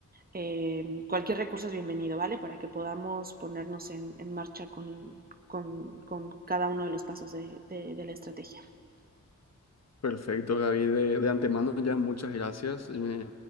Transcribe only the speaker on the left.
Perfecto, Gaby. De, de antemano ya muchas gracias. Me,